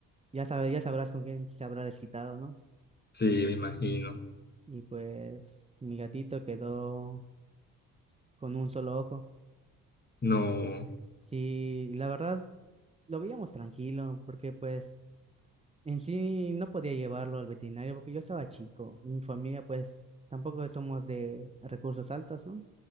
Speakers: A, on the right; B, on the left.
A: ya sabe, ya sabrás con quién se habrá desquitado, ¿no?
B: Sí, me imagino.
A: Y pues, mi gatito quedó con un solo ojo.
B: No,
A: Sí, la verdad, lo veíamos tranquilo, porque pues, en sí no podía llevarlo al veterinario, porque yo estaba chico. Mi familia, pues, tampoco somos de recursos altos, ¿no?